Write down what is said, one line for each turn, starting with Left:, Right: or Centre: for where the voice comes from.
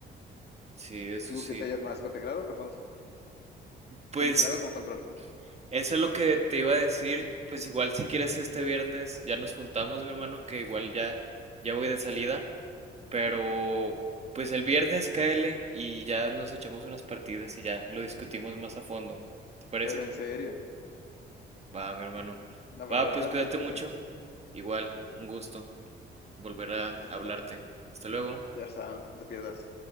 Right: Sí, eso
Left: ¿Tú
Right: sí.
Left: qué te hallas más? ¿Con teclado o con mouse?
Right: Pues
Left: Con teclado o con control.
Right: Eso es lo que te iba a decir, pues igual si quieres este viernes ya nos juntamos, mi hermano, que igual ya ya voy de salida, pero
Left: Ujú.
Right: pues el viernes cáele y ya nos echamos unas partidas y ya lo discutimos más a fondo. ¿Te parece?
Left: Pero en serio.
Right: Va, mi hermano.
Left: No, pero,
Right: Va,
Left: pero
Right: pues
Left: entonces
Right: cuídate
Left: desaparece.
Right: mucho. Igual, un gusto volver a
Left: Ya está,
Right: hablarte. Hasta luego.
Left: ya está, no te, no te pierdas.